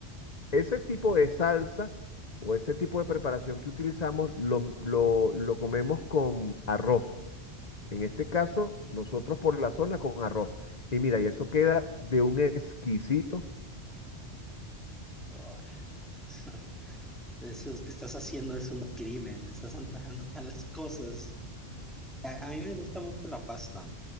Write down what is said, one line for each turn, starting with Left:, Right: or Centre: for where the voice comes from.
Left: ese tipo de salsa o ese tipo de preparación que utilizamos lo, lo lo comemos con arroz. En este caso, nosotros por la zona con arroz. Y mira, y eso queda de un exquisito.
Centre: Oh. <laughs> Eso es que estás haciendo es un crimen, estás antojando <laughs> malas cosas. A, a mí me gusta mucho la pasta.